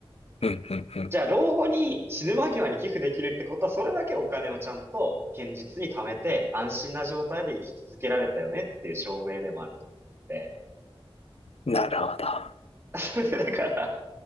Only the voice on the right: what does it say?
じゃあ老後に死ぬ間際に寄付できるってことはそれだけお金をちゃんと堅実に貯めて安心な状態で生き続けられたよねっていう証明でもあると思ってて。
<laughs> それでだから